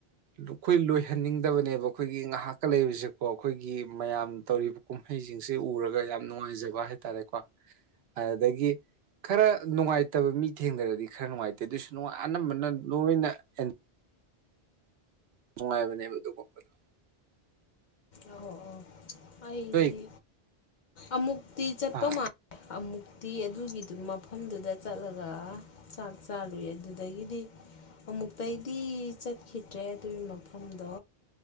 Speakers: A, on the right; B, on the left.
A: ꯂꯨꯈꯣꯏ ꯂꯣꯏꯍꯟꯅꯤꯡꯗꯕꯅꯦꯕ ꯑꯈꯣꯏꯒꯤ ꯉꯥꯍꯥꯛꯀ ꯂꯩꯔꯤꯕꯁꯤꯀꯣ ꯑꯈꯣꯏꯒꯤ ꯃꯌꯥꯝ ꯇꯧꯔꯤꯕ ꯀꯨꯝꯍꯩꯖꯤꯡꯁꯦ ꯎꯔꯒ ꯌꯥꯝ ꯅꯨꯡꯉꯥꯏꯖꯕ ꯍꯥꯏꯇꯥꯔꯦꯀꯣ ꯑꯥꯏ ꯑꯗꯒꯤ ꯈꯔ ꯅꯨꯡꯉꯥꯏꯇꯕ ꯃꯤ ꯊꯦꯡꯅꯔꯗꯤ ꯈꯔ ꯅꯨꯡꯉꯥꯏꯇꯦ ꯑꯗꯨꯏꯁꯨ ꯅꯨꯡꯉ ꯑꯅꯝꯕꯅ ꯂꯣꯏꯅ ꯑꯦꯟ ꯅꯨꯡꯉꯥꯏꯕꯅꯦꯕ ꯑꯗꯨꯕꯣꯛꯇꯥ
B: ꯑꯧ ꯑꯣ ꯑꯩꯗꯤ
A: ꯅꯣꯏ
B: ꯑꯃꯨꯛꯇꯤ ꯆꯠꯄ
A: ꯑꯥ
B: ꯃꯥ ꯑꯃꯨꯛꯇꯤ ꯑꯗꯨꯒꯤꯗꯨ ꯃꯐꯝꯗꯨꯗ ꯆꯠꯂꯒ ꯆꯥꯛ ꯆꯥꯔꯨꯏ ꯑꯗꯨꯗꯒꯤꯗꯤ ꯑꯃꯨꯛꯇꯩꯗꯤ ꯆꯠꯈꯤꯗ꯭ꯔꯦ ꯑꯗꯨꯏ ꯃꯐꯝꯗꯣ